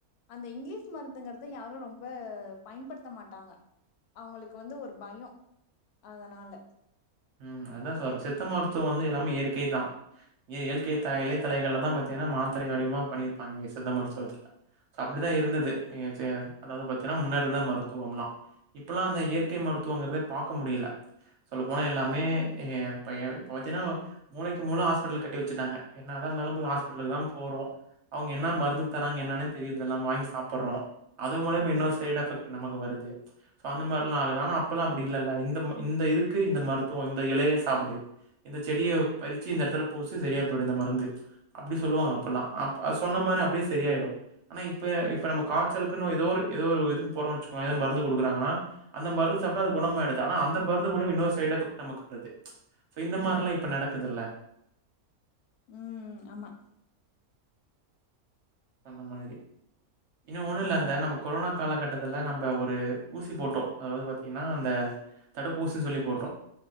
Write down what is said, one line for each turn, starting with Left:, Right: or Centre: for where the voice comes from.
Left: அந்த இங்கிலீஷ் மருந்துங்கறத யாரு ரொம்ப பயன்படுத்த மாட்டாங்க அவுங்களுக்கு வந்து ஒரு பயயோ அதனால
Right: ம் அதா சொல்றே சித்த மருத்துவோ வந்து எல்லாமே இயற்கை தா இ இயற்கை த இலை தலைகள்ல தா பாத்தீங்கன்னா மாத்திர வடிவமா பண்ணியிருப்பாங்க சித்த மருத்துவத்துல ஸோ அப்டிதா இருந்தது நீ <unintelligible> அதாவ்து பத்தீங்கன்னா முன்னாடி இருந்த மருத்துவம்லா இப்பல்லா அந்த இயற்கை மருத்துவங்கிறத பாக்க முடியில சொல்ல போனா எல்லா மே எ பைய இப்ப பாத்தின மூளைக்கு மூள ஹாஸ்பிடல் கட்டிவச்சுட்டாங்க என்னதா இருந்தாலு போய் ஹாஸ்பிட்டலுக்குதா போறோ அவுங்க என்ன மருந்து தராறங்க என்னானே தெரியறது இல்ல நம்ம வாங்கி சாப்ட்டுறோ அது மூலியமா இன்னொரு சைடு் எஃபெக்ட்டு நமக்கு வருது சோ அந்த மார்லா ஆகுது ஆனா அப்பெல்லாம் அப்படி இல்லல்ல இந்த ம இந்த இதுக்கு இந்த மருத்துவொ இந்த இலைய சாப்பிடு இந்த செடிய பறிச்சு இந்த எடத்துல பூசு சரியா போய்டு இந்த மருந்து அப்டி சொல்லுவாங்க அப்பெல்லா அப் அது சொன்ன மாதிரி அப்டியே சரியயிடு ஆனா இப்ப இப்ப நம்ம காச்சலுக்குன்னு ஏதோ ஒரு ஏதோ ஒரு இதுக்கு போறோ வச்சுக்கோங்க ஏதோ மருந்து குடுக்குறாங்கன்னா அந்த மருந்து சாப்ட்ட அது குணமயிடுது ஆன அந்த மருந்து மூலியமா இன்னொரு சைடுஎபெக் நமக்கு <unintelligible> ஸோ இந்த மார்ல்லா இப்ப நடக்குதுல்ல
Left: ம் ம் ஆமா
Right: அந்த மாதிரி இன்னு ஒண்ணு இல்ல அந்த நம்ம கொரோனா காலகட்டத்துல நம்ம ஒரு ஊசி போட்டோ அதாவ்து பாத்தீங்கன்னா அந்த தடுப்பூசின் சொல்லி போட்டோ